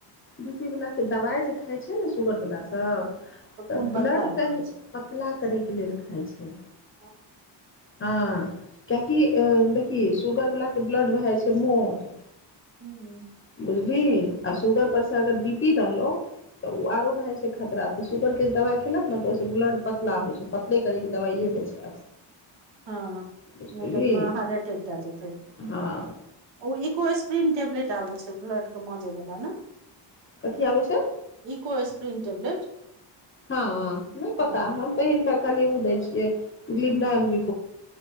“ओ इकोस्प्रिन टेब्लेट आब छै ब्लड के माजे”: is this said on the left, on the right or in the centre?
Right